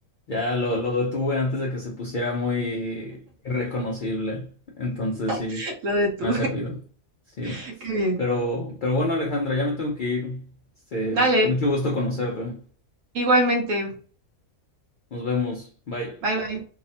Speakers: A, on the left; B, on the right.
A: Ya lo, lo detuve antes de que se pusiera muy irreconocible. Entonces sí,
B: <laughs> lo de tú.
A: me ha servido. Sí.
B: <laughs> Qué bien.
A: Pero, pero bueno, Alejandra, ya me tengo que ir. Este,
B: Dale,
A: mucho gusto conocerte.
B: igualmente.
A: Nos vemos. Bye.
B: Bye, bye.